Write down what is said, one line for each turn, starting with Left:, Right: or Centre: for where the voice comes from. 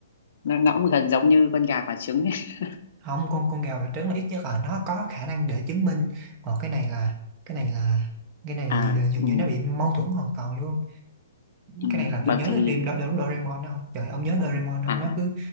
Left: nó, nó cũng gần giống như con gà quả trứng ấy. <laughs>
Right: không con con gà và trứng là ít nhất là nó có khả năng để chứng minh còn cái này là cái này là cái này là gì
Left: à
Right: là dường
Left: ừ,
Right: như nó bị mâu thuẫn hoàn toàn luôn
Left: ừ,
Right: cái này làm
Left: bởi
Right: tôi nhớ
Left: vì
Right: tới phim Do Do Doraemon đó không trời ông nhớ Doraemon không
Left: à
Right: nó cứ